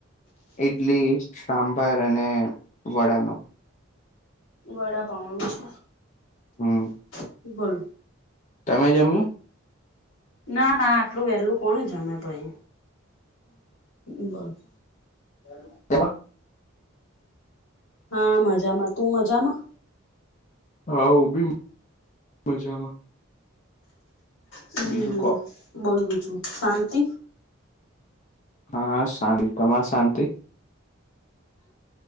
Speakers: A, on the left; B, on the left.
A: ઈડલી, સાંભાર અને વડાનો.
B: વડા પાઉું છું.
A: હમ્મ.
B: <unintelligible> કરું
A: તમે જમ્મુ?
B: ના ના આટલું વેલું કોણ જમે ભાઈ. હ બહ <unintelligible>
A: તેમાં.
B: હા મજામાં, તું મજામાં?
A: હા ઉ બી મજામાં.
B: હમ
A: બીજું
B: હમ
A: કો
B: બોલ બીજુ શાંતિ.
A: હા શાંત તમારે શાંતિ?